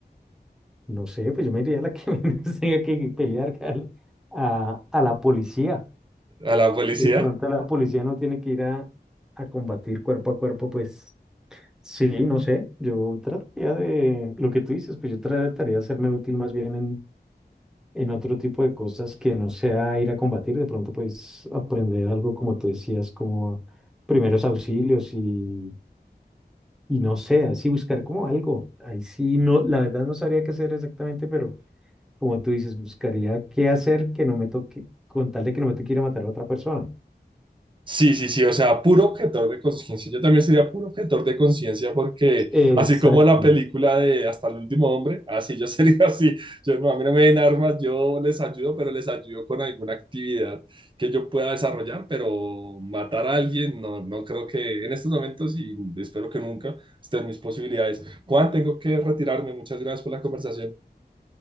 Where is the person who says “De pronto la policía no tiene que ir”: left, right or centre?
Centre